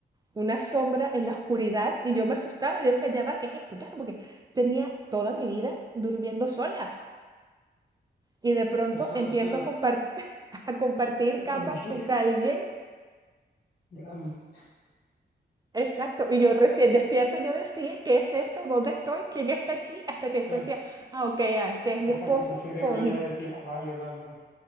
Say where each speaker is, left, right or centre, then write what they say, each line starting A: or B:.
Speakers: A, on the right; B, on the left.
A: una sombra en la oscuridad, y yo me asustaba, yo decía, ya va, ¿qué es esto? Claro, porque tenía toda mi vida durmiendo sola y de pronto
B: eso,
A: empiezo
B: eso,
A: a compartir, <laughs> a compartir
B: eso
A: cama
B: es compli-
A: con alguien
B: <laughs> grande,
A: Exacto, y yo recién despierta, yo decía, ¿qué es esto? ¿Dónde estoy? ¿Quién está aquí? Hasta que después
B: claro.
A: decía, ah, ok, ah, es que es mi
B: Hasta
A: esposo
B: que tu cerebro
A: con,
B: ya decía, "Ah, vale, vale, vale,